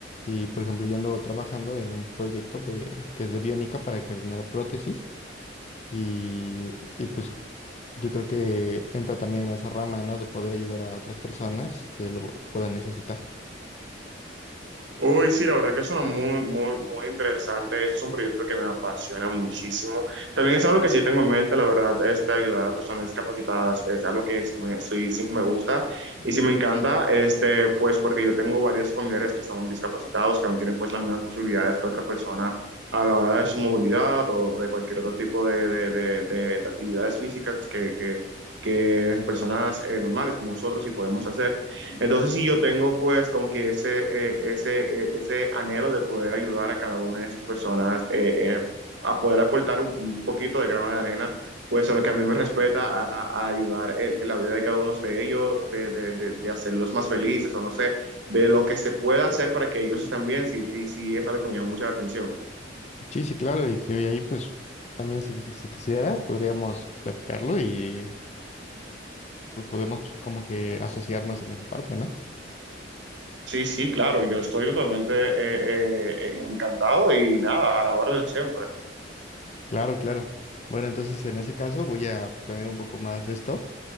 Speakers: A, on the left (about 35°); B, on the right (about 75°).
A: Y por ejemplo, yo ando trabajando en un proyecto de- que es de biónica para generar prótesis y, y pues yo creo que entra también en esa rama, ¿no? De poder ayudar a otras personas que lo puedan necesitar.
B: Uy, sí, la verdad que suena muy, muy, muy interesante. Ese es un proyecto que me apasiona muchísimo. También es algo que sí tengo en mente, la verdad, este, ayudar a personas discapacitadas es algo que sí me, sí, sí me gusta y sí me encanta, este, pues porque yo tengo varios familiares que son discapacitados, que no tienen pues las mismas posibilidades que otra persona a la hora de su movilidad o de cualquier otro tipo de, de, de, de- de actividades físicas que, que, que personas eh, normales como nosotros sí podemos hacer. Entonces, si yo tengo pues como que ese, eh, ese, eh, ese anhelo de poder ayudar a cada una de esas personas eh, eh, a poder aportar un, un poquito de grano de arena, pues a lo que a mí me respeta a, a ayudar en, en la vida de cada uno de ellos, de, de, de, de hacerlos más felices o no sé, de lo que se pueda hacer para que ellos estén bien, sí, sí es algo que me llama mucho la atención.
A: Sí, sí, claro, y, te digo, y ahí pues también si, si quisieras podríamos platicarlo y pues podemos pues, como que asociarnos en esa parte, ¿no?
B: Sí, sí, claro, yo estoy totalmente eh, eh, encantado y nada, a la orden siempre.
A: Claro, claro. Bueno, entonces en ese caso voy a planear un poco más esto